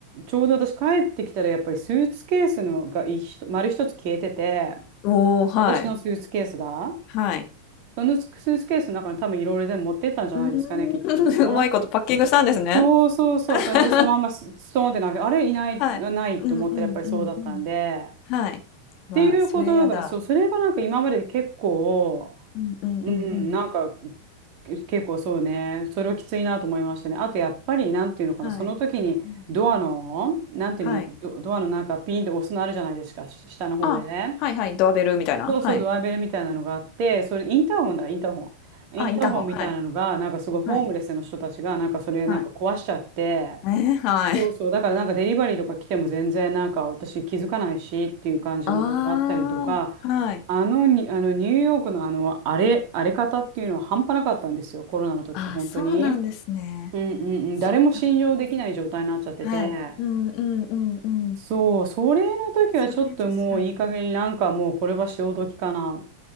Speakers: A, on the right (about 45°); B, on the left (about 40°).
A: ちょうど私帰ってきたらやっぱりスーツケースのが一丸一つ消えてて、
B: おお、はい。
A: 私のスーツケースが、
B: はい。
A: そのスーツケースの中に多分いろいろ全部持ってったんじゃないですかね、
B: うーん。
A: きっと。
B: <laughs> うまいことパッキングしたんですね。
A: そうそうそう、
B: <laughs>
A: それでそのまんまスストーンってなんか、あれいない、
B: はい。
A: ないと思ったらやっぱりそうだったんで。
B: うんうんうんうん。はい。
A: っていうことが、
B: わあ、それやだ。
A: そう、それがなんか今まで結構、
B: うんうんうんうん。
A: うん、なんか結構そうね、それはきついなと思いましたね。あとやっぱり、なんていうのかな、
B: はい。
A: その時にドアの、
B: うん。
A: なんていうの、
B: はい。
A: ド、ドアのなんかピンって押すのあるじゃないですか、し下の方でね。
B: あ、はいはい、ドアベルみたいな？
A: そうそう、
B: はい。
A: ドアベルみたいなのがあって、
B: うん。
A: それインターホンだ、インターホン。
B: あ、
A: インターホンみたいなのが、
B: インターホン、はい。
A: なんかすごいホームレスの人たちが、
B: はい。
A: なんかそれなんか壊しちゃって、
B: はい。えーはい。
A: そうそう。だからなんかデリバリーとか来ても全然なんか私気づかないしっていう感じのことがあったりとか、
B: ああ、はい。
A: あのに、あのニューヨークのあの荒れ、荒れ方っていうのは半端なかったんですよ。コロナの時って本当に。
B: あ、そうなんですね。
A: うんうんうん。
B: そうなんだ。
A: 誰も信用できない状態になっちゃってて。
B: はい。うんうんうんうん。
A: そう、それの時はちょっともういい加減になんかもうこれは潮時かな。
B: それ確かに。